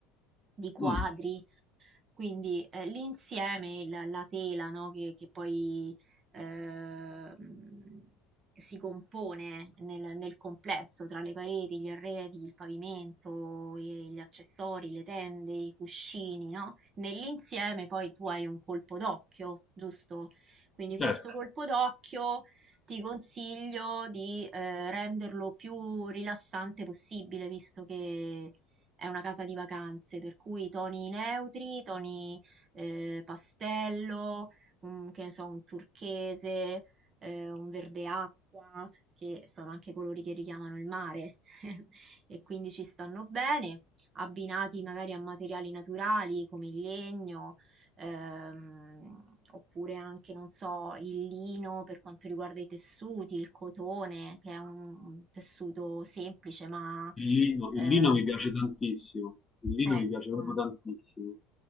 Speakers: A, on the right; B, on the left.
A: di quadri
B: Mm.
A: quindi eh, l'insieme, il- la tela, no, che, che poi ehm, si compone nel, nel complesso tra le pareti, gli arredi, il pavimento, e gli accessori, le tende, i cuscini, no? Nell'insieme poi tu hai un colpo d'occhio, giusto? Quindi questo
B: Certo,
A: colpo d'occhio ti consiglio di eh, renderlo più rilassante possibile, visto che è una casa di vacanze, per cui toni neutri, toni eh, pastello, un, che ne so, un turchese, eh, un verde acqua, che sono anche colori che richiamano il mare <laughs> e quindi ci stanno bene, abbinati magari a materiali naturali come il legno, ehm, oppure anche, non so, il lino per quanto riguarda i tessuti, il cotone, che è un, un tessuto semplice ma...
B: il lino, il
A: eh,
B: lino mi piace tantissimo, il lino
A: Ecco,
B: mi piace proprio tantissimo.